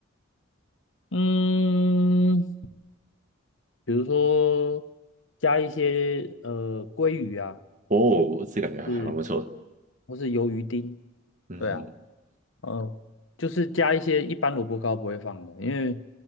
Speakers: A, on the left; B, on the right.
A: 嗯。比如说加一些呃鲑鱼啊，
B: 哦，这感觉还还蛮不错的。
A: 是或是鱿鱼丁，
B: 嗯
A: 对啊，呃，就是加一些一般萝卜糕不会放的，因为